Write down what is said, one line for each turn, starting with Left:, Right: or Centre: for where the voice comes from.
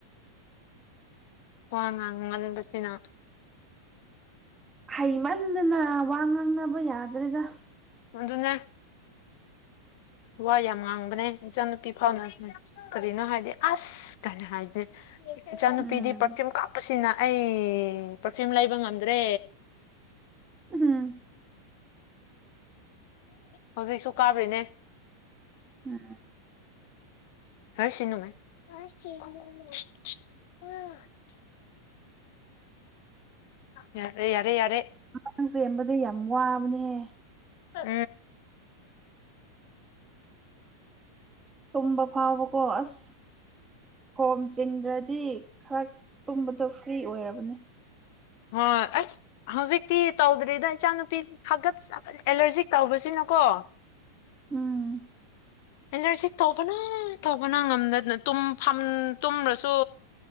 Left: ꯋꯥ ꯉꯥꯡꯃꯟꯕꯁꯤꯅ
Right: ꯍꯩꯃꯟꯗꯅ ꯋꯥ ꯉꯥꯡꯅꯕ ꯌꯥꯗ꯭ꯔꯦꯗ
Left: ꯑꯗꯨꯅꯦ ꯋꯥ ꯌꯥꯝ ꯉꯥꯡꯕꯅꯦ ꯏꯆꯥꯅꯨꯄꯤ ꯐꯥꯎꯅꯁꯨꯅꯦ ꯀꯔꯤꯅꯣ ꯍꯥꯏꯗꯤ ꯑꯁ ꯑꯁꯤ ꯀꯩꯅ ꯍꯥꯏꯗꯤꯦ ꯏꯆꯥꯅꯨꯄꯤꯗꯤ
Right: ꯎꯝ
Left: ꯄꯔꯐꯤꯌꯨꯝ ꯀꯥꯞꯄꯁꯤꯅ ꯑꯩ ꯄꯔꯐꯤꯌꯨꯝ ꯂꯩꯕ ꯉꯝꯗ꯭ꯔꯦ
Right: ꯎꯝ
Left: ꯍꯧꯖꯤꯛꯁꯨ ꯀꯥ꯭ꯔꯤꯅꯦ
Right: ꯎꯝ
Left: ꯍꯔ ꯁꯤꯅꯨ ꯃ ꯑ ꯑ <inaudible> ꯌꯥꯔꯦ ꯌꯥꯔꯦ ꯌꯥꯔꯦ
Right: ꯉꯪ ꯆꯦꯟꯕꯗ ꯌꯥꯝ ꯋꯥꯕꯅꯦꯍꯦ
Left: ꯎꯟ
Right: ꯇꯨꯝꯕ ꯐꯥꯎꯕꯀꯣ ꯑꯁ ꯈꯣꯝ ꯆꯤꯡꯗ꯭ꯔꯗꯤ ꯈꯔ ꯇꯨꯝꯕꯗꯣ ꯐ꯭ꯔꯤ ꯑꯣꯏꯔꯕꯅꯦ
Left: ꯍꯣꯏ ꯑꯁ ꯍꯧꯖꯤꯛꯇꯤ ꯇꯧꯗ꯭ꯔꯤꯗ ꯏꯆꯥꯅꯨꯄꯤ ꯐꯒꯠ ꯁꯥꯒꯠ ꯑꯦꯂꯔꯖꯤꯛ ꯇꯧꯕꯁꯤꯅꯀꯣ
Right: ꯎꯝ
Left: ꯑꯦꯂꯔꯖꯤ ꯇꯧꯕꯅ ꯇꯧꯕꯅ ꯉꯝꯗꯗꯅ ꯇꯨꯝ ꯐꯝ ꯇꯨꯝ꯭ꯔꯁꯨ